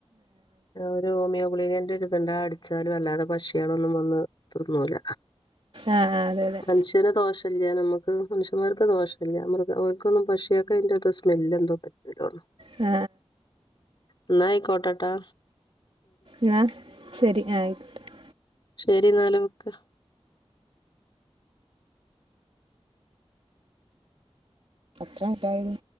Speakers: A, on the left; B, on the right.
A: ഒരു ഹോമിയോ ഗുളികെൻ്റെ ണ്ട അടിച്ചാലും വല്ലാതെ പക്ഷികളൊന്നും വന്ന് തിന്നൂല.
B: ആ ആ അതെ അതെ
A: മനുഷ്യന് ദോഷല്ല്യാ നമ്മുക്ക് മനുഷ്യന്മാർക്ക് ദോഷ വല്ല്യ മൃഗം ഓർക്കൊന്നും പക്ഷിയാക്ക് അയിന്റത്ര സ്മെല്ലെന്തോ പറ്റൂലാന്ന്
B: ഏ
A: ഇന്നാ ആയിക്കോട്ടെ ട്ടാ
B: ന്നാ ശരി ആ ആയിക്കോട്ടെ
A: ശരിന്നാല് വെക്ക.
B: ത്രാമിറ്റായത്.